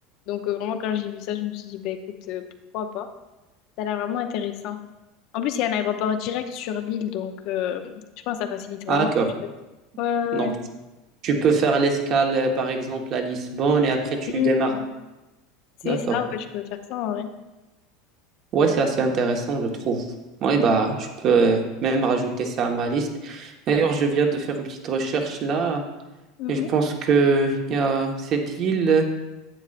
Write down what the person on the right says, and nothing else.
Ah, d'accord.
Donc,
tu peux faire l'escale, euh, par exemple, à Lisbonne et après tu
démarres.
D'accord.
Ouais, c'est assez intéressant, je trouve. Ouais, bah, je peux euh, même rajouter ça à ma liste. D'ailleurs, je viens de faire une petite recherche là
et je pense que il y a cette île,